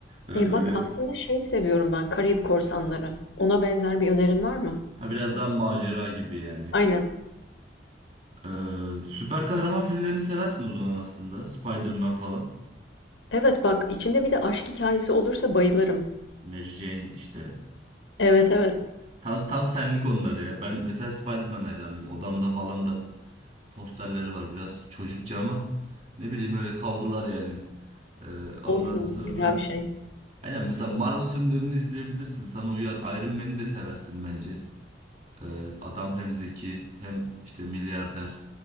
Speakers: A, on the right (about 40°); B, on the left (about 85°).
A: Ee,
B: E
A: böyle
B: bak aslında şey seviyorum ben Karayip Korsanları. Ona benzer bir önerin var mı?
A: Ha biraz daha macera gibi yani.
B: Aynen.
A: Ee, süper kahraman filmlerini seversin o zaman aslında. Spider-Man falan.
B: Evet bak içinde bir de aşk hikayesi olursa bayılırım.
A: Mary Jane işte.
B: Evet evet.
A: Tam, tam senlik onlar ya. Ben mesela Spider-Man hayranıyım. Odamda falan da posterleri var. Biraz çocukça ama ne bileyim öyle kaldılar yani. Ee, ondan
B: Olsun
A: sonra
B: güzel bir şey.
A: aynen mesela Marvel filmlerini izleyebilirsin. Sana uyar. Iron Man'i de seversin bence. Ee, adam hem zeki hem işte milyarder.